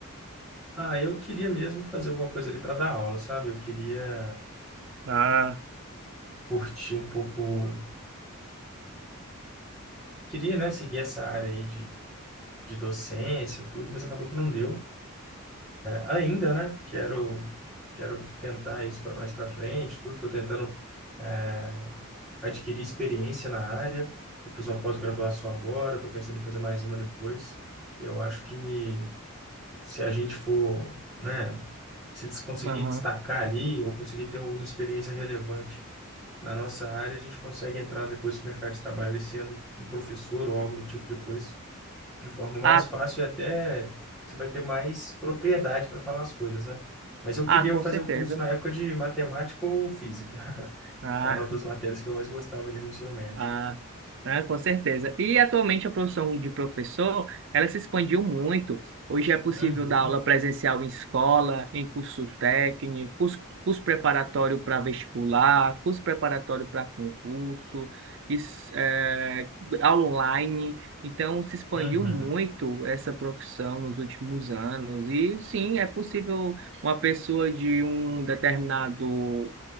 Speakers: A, in the centre; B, on the right.
A: Ah, eu queria mesmo fazer alguma coisa ali para dar aula, sabe? Eu queria
B: Ah,
A: curtir um pouco, queria, né, seguir essa área aí de, de docência, e tudo, mas acabou que não deu. ainda, né? Quero, quero tentar isso pra- mais para frente, tudo. Estou tentando é, adquirir experiência na área. Eu fiz uma pós-graduação agora, estou pensando em fazer mais uma depois. Eu acho que se a gente for, né, se des- conseguir
B: aham.
A: destacar ali ou conseguir ter alguma experiência relevante na nossa área, a gente consegue entrar depois no mercado de trabalho ali sendo um professor ou algo do tipo depois de forma mais
B: Ah,
A: fácil e até você vai ter mais propriedade para falar as coisas, né? Mas eu
B: ah,
A: queria
B: com
A: fazer
B: certeza.
A: o curso na época de matemática ou física.
B: Ah,
A: Era uma das matérias que eu mais gostava ali no ensino médio.
B: Ah, né, com certeza. E atualmente a profissão de professor, ela se expandiu muito. Hoje é possível
A: Uhum,
B: dar aula presencial em escola, em curso técnico, curso, curso preparatório para vestibular, curso preparatório para concurso, is- eh, aula online. Então, se expandiu
A: uhum,
B: muito essa profissão nos últimos anos. E sim, é possível uma pessoa de um determinado